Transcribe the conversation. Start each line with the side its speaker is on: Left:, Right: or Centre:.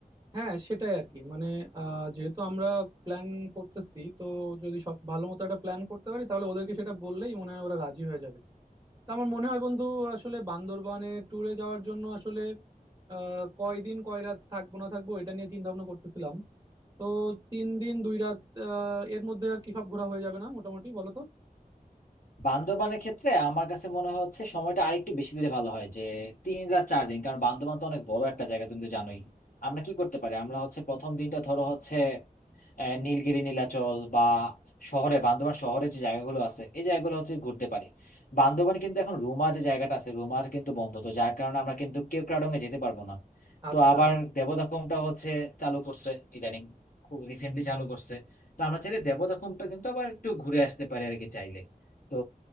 Right: হ্যাঁ সেটাই আর কি মানে আহ, যেহেতু আমরা প্ল্যান করতেছি তো যদি সব ভালো মতো একটা প্ল্যান করতে পারি তাহলে ওদেরকে সেটা বললেই মনে হয় ওরা রাজি হয়ে যাবে তা আমার মনে হয় বন্ধু আসলে বান্দরবানে ট্যুরে যাওয়ার জন্য আসলে আহ কয়দিন কয় রাত থাকবো না থাকবো এটা নিয়ে চিন্তা ভাবনা করতেছিলাম তো তিন দিন দুই রাত আহ, এর মধ্যে আর কি সব ঘোরা হয়ে যাবে না মোটামুটি বলো তো
Left: বান্দরবানের ক্ষেত্রে আমার কাছে মনে হচ্ছে সময়টা আরেকটু বেশি দিলে ভালো হয় যে তিন রাত চার দিন কারণ বান্দরবান তো অনেক বড় একটা জায়গা তুমি তো জানোই আমরা কি করতে পারি আমরা হচ্ছে প্রথম দিনটা ধরো হচ্ছে আহ, নীলগিরি নীলাচল বা শহরে বান্দরবান শহরে যে জায়গাগুলো আছে এই জায়গাগুলো হচ্ছে ঘুরতে পারি বান্দরবান কিন্তু এখন রুমা যে জায়গাটা আছে রুমার কিন্তু বন্ধ তো যার কারণে আমরা কিন্তু কেওক্রাডং এ যেতে পারবো না
Right: আচ্ছা
Left: তো আবার দেবদাখুমটা হচ্ছে চালু করছে ইদানিং খুব রিসেন্টলি চালু করছে তো আমরা চাইলে দেবদাখুমটা কিন্তু আবার একটু ঘুরে আসতে পারি আর কি চাইলে তো